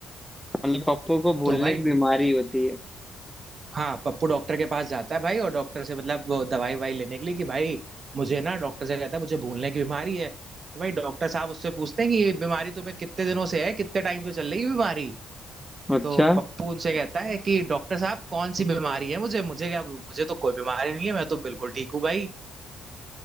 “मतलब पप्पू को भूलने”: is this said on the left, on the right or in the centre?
Centre